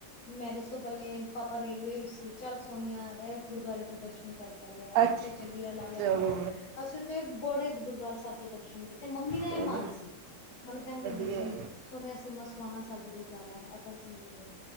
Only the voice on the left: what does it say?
ਮੈਰਿਜ ਤੋਂ ਪਹਿਲੇ ਪਾਪਾ ਰੇਲਵੇ ਵਿੱਚ ਸੀ। ਚੱਲ ਸੋਨੀਆ ਇਹ ਗੁਰਦੁਆਰੇ ਦੇ ਦਰਸ਼ਨ ਕਰਕੇ ਆਉਂਦੇ ਆ। ਇਹ
ਇੱਥੇ ਚੱਲੀਏ ਲਾ ਲਿਆ
ਹਾਂ ਅਸੀਂ। ਤੇ ਬੜੇ ਗੁਰਦੁਆਰਾ ਸਾਹਿਬ ਦੇ ਦਰਸ਼ਨ ਕੀਤੇ ਮੰਮੀ ਦਾ
ਇਹ ਮਨ ਸੀ ਮੈਨੂੰ ਕਹਿੰਦੇ
ਹੁੰਦੇ ਸੀ। ਹੁਣ ਅਸੀਂ ਮਸਵਾਣਾ ਸਾਹਿਬ ਜ਼ਰੂਰ ਜਾਣਿਆ ਅਤਰ ਸਿੰਘ ਜੀ ਦੇ।